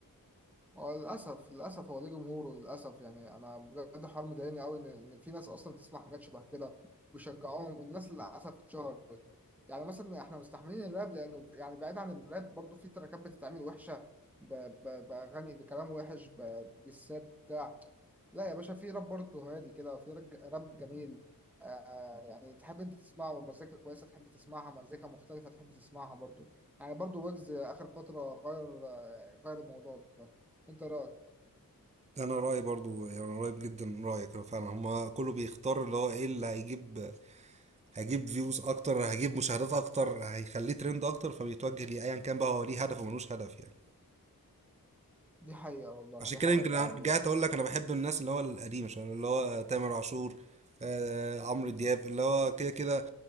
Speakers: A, in the centre; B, on the right.
A: هو للاسف للاسف هو ليه جمهوره للاسف يعني انا بجد حوار مضايقني قوي ان إن في ناس اصلا تسمع حاجات شبه كده ويشجعوهم والناس للاسف اتشهرت يعني مثلا احنا مستحملين الراب لانه يعني بعيد عن الراب برضو في تراكات بتتعمل وحشه ب... ب... باغاني بكلام وحش ب... بالسات بتاع لا يا باشا في راب برضه هادي كده في رج- راب جميل آه يعني تحب انت تسمعه والمزيكا كويسه تحب تسمعها مزيكا مختلفه تحب تسمعها برضه يعني برضه ويجز اخر فتره غير آه، غير الموضوع ده انت رايك
B: انا رايي برضو يعني قريب جدا من رايك هو فعلا هما كله بيختار اللي هو ايه اللي هيجيب هيجيب فيوز اكتر هيجيب مشاهدات اكتر هيخليه ترند اكتر فبيتوجه ليه ايا كان بقى هو ليه هدف وملوش هدف يعني
A: دي حقيقه والله
B: عشان
A: دي
B: كده
A: حقيقه
B: يمكن
A: فعلا
B: رجعت
A: بجد
B: اقول لك انا بحب الناس اللي هو القديمه شويه اللي هو تامر عاشور آه عمرو دياب اللي هو كده كده